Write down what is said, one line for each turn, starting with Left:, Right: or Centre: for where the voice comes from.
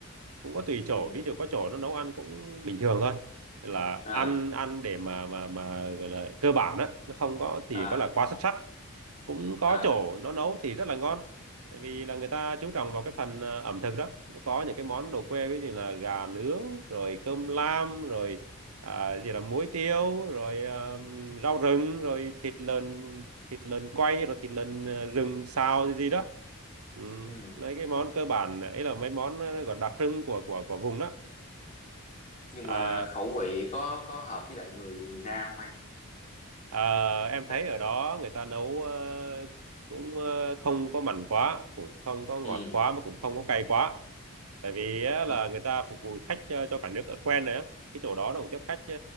Right: cũng có tùy chỗ
Left: ừ
Right: ví dụ có chỗ nó nấu ăn cũng bình thường thôi là
Left: à
Right: ăn ăn để mà mà mà gọi là cơ bản á nó không có thì
Left: à
Right: có là quá xuất sắc cũng có
Left: à
Right: chỗ nó nấu thì rất là ngon tại vì là người ta chú trọng vào cái phần ờ, ẩm thực đó nó có những cái món đồ quê ví dụ như là gà nướng rồi cơm lam rồi à, gì là muối tiêu rồi ờ, rau rừng rồi thịt lợn thịt lợn quay rồi thịt lợn ờ, rừng xào gì gì đó ừ.
Left: ừ
Right: mấy cái món cơ bản ấy là mấy món ờ, gọi đặc trưng của của của vùng đó
Left: nhưng
Right: à,
Left: mà khẩu vị có có hợp với lại người miền Nam không anh?
Right: Ờ, em
Left: Tại-
Right: thấy ở đó người ta nấu ờ, cũng ờ, không có mặn quá, cũng không có ngọt
Left: Ừ.
Right: quá mà cũng không có cay quá. Tại vì á,
Left: Ô-
Right: là người ta phục vụ khách cho, cho cả nước ở quen rồi á. Cái chỗ đó nó cũng tiếp khách ờ,